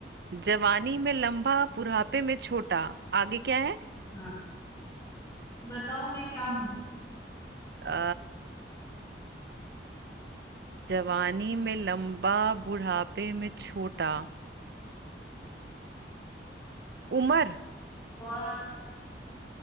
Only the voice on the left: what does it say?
हाँ बताओ मैं क्या हूँ
और